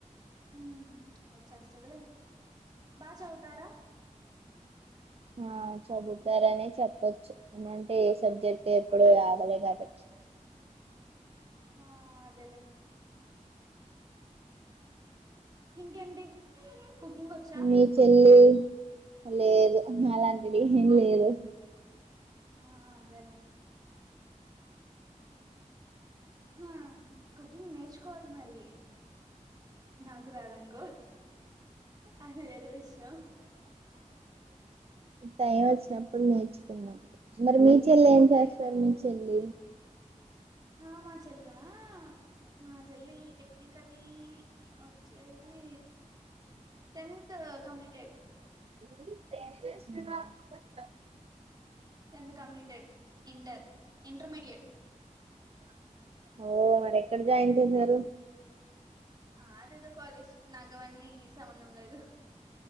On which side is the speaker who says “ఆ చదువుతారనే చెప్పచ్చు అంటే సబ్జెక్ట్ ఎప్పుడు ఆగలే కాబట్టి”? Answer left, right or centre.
Right